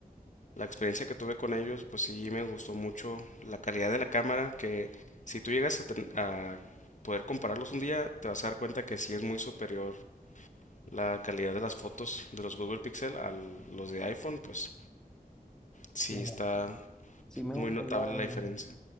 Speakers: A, on the left; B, in the centre.
A: La experiencia que tuve con ellos, pues sí me gustó mucho la calidad de la cámara, que si tú llegas a, ten- a poder compararlos un día, te vas a dar cuenta que sí es muy superior la calidad de las fotos de los Google Pixel a los de iPhone, pues sí
B: Claro.
A: está
B: Sí me gustaría
A: muy notable la
B: ver,
A: diferencia.